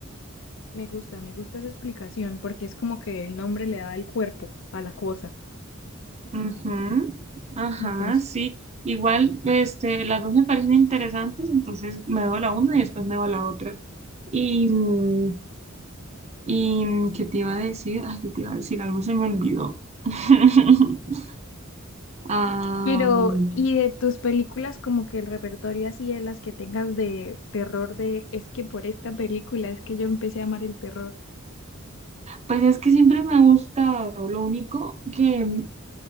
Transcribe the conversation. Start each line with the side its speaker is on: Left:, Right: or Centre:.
Left: Me gusta, me gusta esa explicación porque es como que el nombre le da el cuerpo a la cosa.
Right: Ujú. Ajá,
Left: Entonces,
Right: sí. Igual, este, las dos me parecen interesantes, entonces me doy la una y después me doy la otra. Y, mm, y mm, ¿qué te iba a decir? Ay, ¿qué te iba a decir? Algo se me olvidó. <laughs> Am,
Left: pero, ¿y de tus películas como que el repertorio así de las que tengas de terror de es que por esta película es que yo empecé a amar el terror?
Right: pues es que siempre me ha gustado, lo único que, mm,